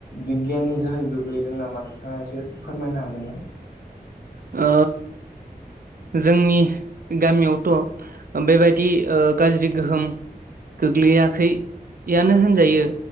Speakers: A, on the left; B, on the right.
A: बिगियाननि जोहै गोग्लैदों नामा नोंथाङा एसे फोरमायनो हागोन ना?
B: ओ जोंनि गामियावथ' बेबायदि ओ गाज्रि गोहोम गोग्लैयाखै यानो होनजायो